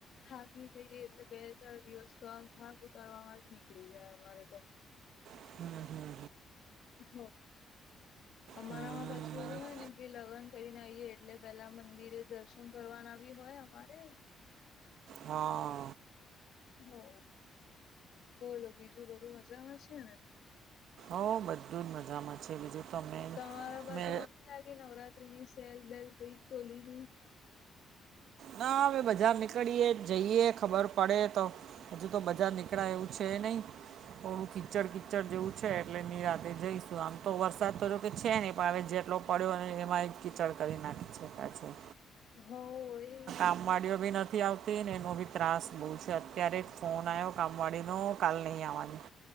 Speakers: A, on the left (about 70°); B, on the right (about 75°).
A: થાકી જઈએે એટલે બે ચાર દિવસ તો આમ થાંક ઉતારવા જ નીકળી જાય અમારે તો
B: હમ હમ
A: હ અમારામાં
B: હમ
A: પાછું
B: હમ
A: એવું હોય ને કે લગ્ન કરીને આઈએ એટલે પેલા મંદિરે દર્શન કરવાના બી હોય અમારે
B: હા
A: હોઉં બોલો બીજું બધું મજામાં છે ને
B: હો બધું જ મજામાં છે બીજું તો અમે
A: તમારા બાજુ
B: મે
A: નથી લાગી નવરાત્રીની સેલ બેલ કઈ ચોલી ની
B: ના હવે બજાર નીકળીએ જઈએ ખબર પડે તો હજુ તો બજાર નીકળાય એવું છે નહી થોડું કીચડ કીચડ જેવું છે એટલે નિરાતેે જઈશું આમ તો વરસાદ તો જોકે છે ને પણ આવેે જેટલો પડ્યો અને એમાંય કીચડ કરી નાખી શકાય છે
A: હોઉં એ
B: કામવાડીઓ બી નથી આવતી એનો બી ત્રાસ બહુ છે અત્યારે જ ફોન આવ્યો કામવાડીનો કાલ નહી આવવા નીવા જ